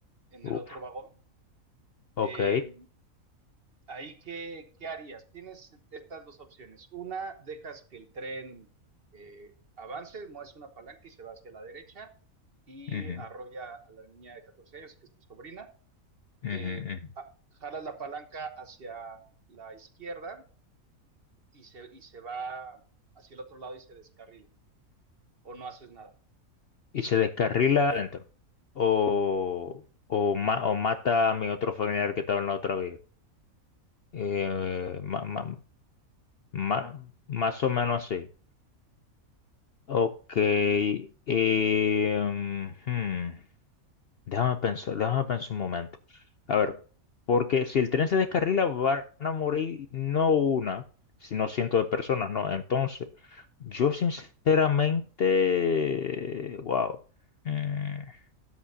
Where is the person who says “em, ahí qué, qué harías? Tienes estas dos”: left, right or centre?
Right